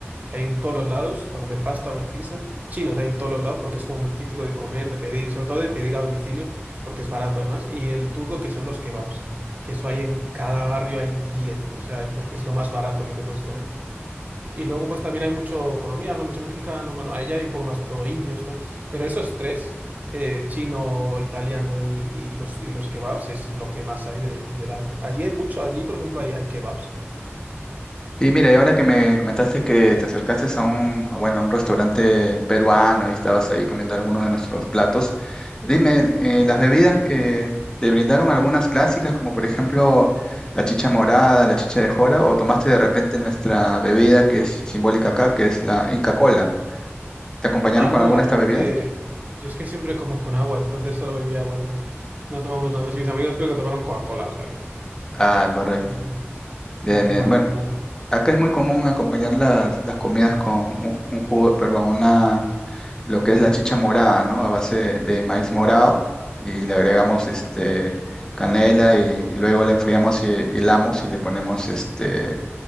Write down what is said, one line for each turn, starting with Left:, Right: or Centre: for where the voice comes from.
Right: hay en todos los lados para comer pasta, comer pizza. Chinos hay en todos los lados porque es como muy típico de comer, de pedir, y sobre todo de pedir a domicilio, porque es barato además. Y el turco, que son los kebabs, que eso hay en cada barrio, hay 10 o sea, y porque es lo más barato que te puedes comer. Y luego, pues también hay mucho colombiano, mucho mexicano, bueno, ahí ya hay un poco más de todo, indios también. Pero esos tres, eh, chino, italiano y, y los, y los kebabs, es lo que más hay de, de largo. Allí hay mucho, allí, por ejemplo, hay, hay kebabs.
Left: Y mira, y ahora que me comentaste que te acercaste a un, a, bueno, a un restaurante peruano y estabas ahí comiendo alguno de nuestros platos, dime, eh, ¿las bebidas eh, te brindaron algunas clásicas, como por ejemplo la chicha morada, la chicha de jora, o tomaste de repente nuestra bebida que es simbólica acá, que es la Inca Cola? ¿Te acompañaron
Right: Ah,
Left: con
Right: no,
Left: alguna
Right: la
Left: de
Right: verdad
Left: estas bebidas?
Right: que yo es que siempre como con agua, entonces solo bebí agua, no, no tomamos nada. Mis mis amigos creo que tomaron Coca-Cola, o sea que
Left: Ah, correcto.
Right: no,
Left: Bien,
Right: no tomaron
Left: bien. Bueno,
Right: nada.
Left: acá es muy común acompañar las, las comidas con un, un jugo, perdón, una lo que es la chicha morada, ¿no? A base de, de maíz morado y le agregamos este canela y, y luego le enfriamos y hilamos y le ponemos este